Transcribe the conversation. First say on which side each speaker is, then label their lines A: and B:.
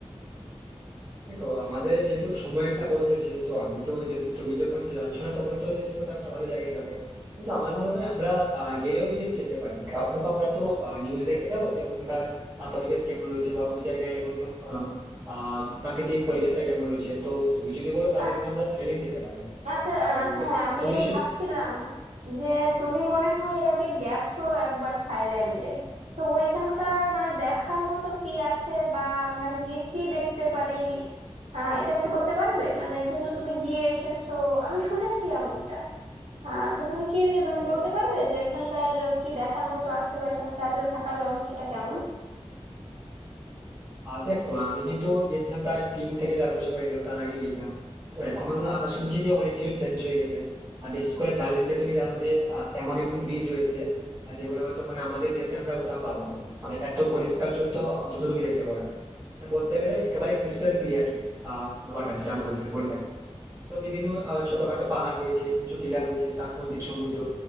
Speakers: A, on the right; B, on the right.
A: দেখো আমাদের যেহেতু সময় একটা বড় রয়েছে তো আমি তো যেহেতু তুমি যখন চাইছো না তখন তো দেশেই কোথাও একটা ভালো জায়গায় যাবো কিন্তু আমার মনে হয় আমরা আহ, গেলেও বিদেশে যেতে পারি কারণ দেখো আমরা তো নিউজ দেখে যাবো যে ওখানকার আহ, পরিবেশ কেমন রয়েছে বা ওই জায়গায় এখন আহ, আহ, প্রাকৃতিক পরিবেশটা কেমন রয়েছে তো তুমি যদি বলো তাহলে
B: আচ-
A: কিন্তু আমরা থাইল্যান্ড যেতে পারি
B: আচ্ছা আহ,
A: তো
B: হ্যাঁ আমি
A: আহ, তুমি নিশ্চয়ই
B: ভাবছিলাম যে তুমি মনে হয় এর আগে গেছো একবার থাইল্যান্ডে তো ওইখানকার মানে দেখার মতো কি আছে বা আমরা গিয়ে কি দেখতে পারি আহ এটা একটু বলতে পারবে মানে যেহেতু তুমি গিয়ে এসেছো আমি শুনেছি এমনটা আহ তো তুমি কি মানে
A: হ্যাঁ।
B: বলতে পারবে যে এখানকার কি দেখার মতো আছে বা এখানকার থাকার ব্যবস্থাটা কেমন
A: আর দেখো আমি কিন্তু গেছিলাম প্রায় তিন থেকে চার বছর হয়ে গেল তার আগে গেছিলাম তো এখন আহ, শুনছি যে অনেক কিছু চেঞ্জ হয়ে গেছে আর বিশেষ করে থাইল্যান্ডে তুমি জানো যে আহ, এমন এমন বীজ রয়েছে আহ, যেগুলো হয়তো মানে আমাদের দেশে আমরা কোথাও পাবো না মানে এত পরিষ্কার জল তো অন্তত তুমি দেখতে পাবে না মানে বলতে গেলে একেবারে ক্রিস্টাল ক্লিয়ার ওয়াটার যেটা আমরা বলতে বলে থাকি তো বিভিন্ন আহ, ছোটখাটো পাহাড় রয়েছে উঁচু টিলা রয়েছে তার মধ্যে সমুদ্র